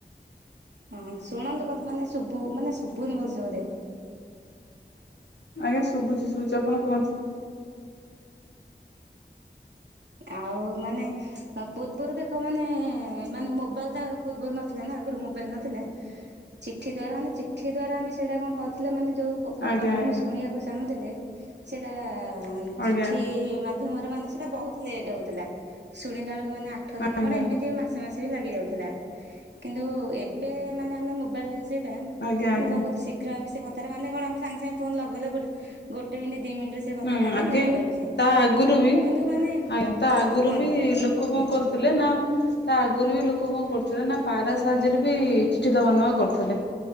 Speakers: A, on the right; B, on the left.
A: ହଁ ଶୁଣନ୍ତୁ ବତ ମାନେ ଶୁଭୁ ମାନେ ଶୁଭୁନି ଭଲସ ବୋଧେ <unintelligible>
B: ଆଜ୍ଞା ଶୁଭୁଛି ଶୁଭୁଛି ଆପଣ କୁହନ୍ତୁ।
A: ଆଉ ମାନେ ଅ ପୂର୍ବରୁ ଦେଖ ମାନେ ମାନେ ମୋବାଇଲ ଟା ପୂର୍ବରୁ ନଥିଲା ନା ଆଗରୁ ମୋବାଇଲ ନଥିଲା ଚିଠି ଦ୍ଵାରା ମାନେ ଚିଠି ଦ୍ଵାରା ଆମେ ସେଇଟା କଣ କରୁଥିଲେ ମାନେ ଯୋଉ ଖ-ଖବରଟା
B: ଆଜ୍ଞା
A: ଆମେ
B: ଆଜ୍ଞା
A: ଶୁଣିବାକୁ ଚାହୁଁଥିଲେ ସେଟା ଉଁ ଚିଠି
B: ଆଜ୍ଞା
A: ମା ମାଧ୍ୟମରେ ମାନେ ସେଟା ବହୁତ ଲେଟ୍ ହଉଥିଲା ଶୁଣିଲା ବେଳକୁ ମାନେ ଆଠ ଦିନି
B: ଆଜ୍ଞା
A: ଖଣ୍ଡେ ଏମିତି ମାସେ ମାସେ ସେ ବି ଲାଗିଯାଉଥିଲା କିନ୍ତୁ ଏବେ ମାନେ ଆମେ ମୋବାଇଲ ରେ ସେଇଟା
B: ଆଜ୍ଞା
A: ମାନେ
B: ଆଜ୍ଞା
A: ବହୁତ ଶୀଘ୍ର ଆମେ ସେ କଥାଟା ମାନେ କଣ ଆମେ ସାଙ୍ଗେ ସାଙ୍ଗେ ଫୋନ ଲଗେଇଲ ଗୋଟେ ଗୋଟେ ମିନିଟ୍ ଦି ମିଣ୍ଟି ରେ ସେ କଥା
B: ହୁଁ
A: ଟା ଆମେ
B: ଆଗେ
A: ଜାଣି ପାରୁଛେ
B: ତା ଆଗରୁ ବି
A: କିନ୍ତୁ ମାନେ।
B: ଆଜ୍ଞା ତା
A: ହଁ
B: ଆଗରୁ
A: କୁହନ୍ତୁ
B: ବି ଲୋକ କଣ
A: ହୁଁ
B: କରୁଥିଲେ ନା ତା ଆଗରୁ ବି ଲୋକ କଣ କରୁଥିଲେ ନା ପାରା ସା ସାହାଯ୍ୟରେ ବି ଚିଠି ଦବା ନବା କରୁଥିଲେ